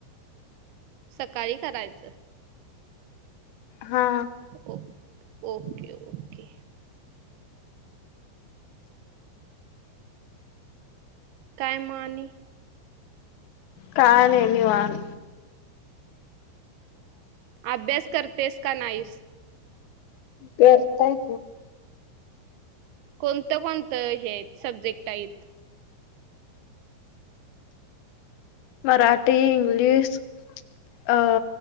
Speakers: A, on the right (about 70°); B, on the left (about 75°).
A: सकाळी करायचं.
B: हा.
A: ओ ओके ओके. काय मग नी
B: काय नाही निवांत
A: अभ्यास करतेस का नाईस.
B: करताय?
A: कोणतं कोणतं हे सब्जेक्ट आहेत.
B: मराठी इंग्लिश अ